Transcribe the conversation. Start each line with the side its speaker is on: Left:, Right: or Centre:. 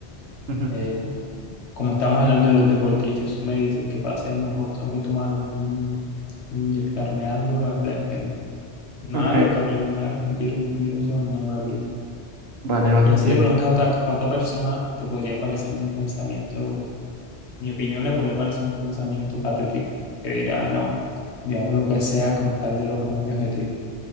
Right: ujú,
Left: Eh, como estamos hablando de los deportistas, si me dices que para ser mejor tengo que tomarme un, inyectarme algo, la verdad es que no. Nada
Right: Ok,
Left: de lo que a mí no me haga sentir orgulloso, no lo haría.
Right: vale, vale,
Left: Y
Right: entiendo.
Left: así le preguntas a otra, a otra persona, te podría parecer un pensamiento Mi opinión le podía parecer un pensamiento patético, que dirá, no, yo hago lo que sea con tal de lograr mi objetivo.